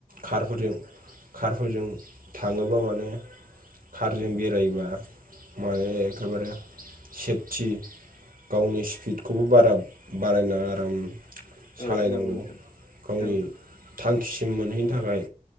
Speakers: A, on the right; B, on the left.
A: खारफोरजों खारफोरजों थाङोबा माने खारजों बेरायोबा माने एखेबारे सेफथि गावनि स्पिडखौबो बारा बाराय नाङा आराम सालायनांगौ
B: औ नंगौ नोंथां
A: गावनि
B: औ
A: थांखिसिम मोनहैनो थाखाय